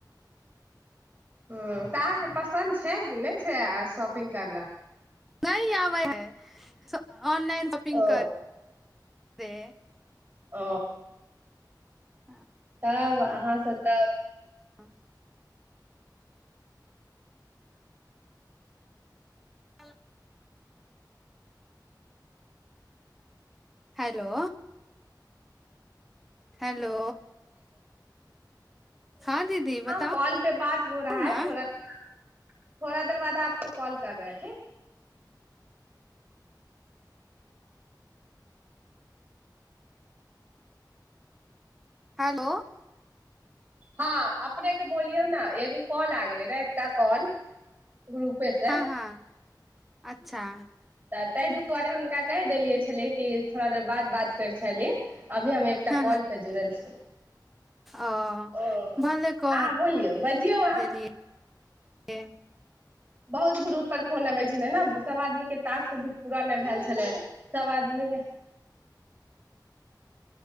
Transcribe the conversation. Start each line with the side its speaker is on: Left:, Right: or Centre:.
Right: ह त पसन्द छै छै कि नहि छै शॉपिंग करना
Centre: नहि आबै है ऑनलाइन शॉपिंग
Right: ओ
Centre: करते
Right: ओ
Centre: हँ
Right: तब अहाँ से तब
Centre: हँ आ हेलो हेल हेलो हँ दीदी
Right: हँ
Centre: बताउ
Right: कॉल पे बात हो रहा
Centre: ने
Right: है थोड़ा देर थोड़ा देर बाद आपको कॉल कर रहे है ठीक
Centre: हैलो
Right: हँ अपने के बोलियौ ने एगो कॉल आ गेलै र एकटा कॉल ग्रुपेसे
Centre: हँ हँ अच्छा
Right: तऽ ताहि दुआरे हुनका कहि देलियै छलै कि थोड़ा देर बाद बात करैत छलि अभी हम एकटा
Centre: हँ हँ
Right: कॉल पर जुड़ल छी
Centre: ओ
Right: अहाँ
Centre: भले कह
Right: बोलियौ बजियौ अहाँ
Centre: देलियै हे
Right: बहुत ग्रुप पर फोन अबै छलै ने सब आदमी के तासक सब भी पूरा नहि भेल छलै सब आदमी के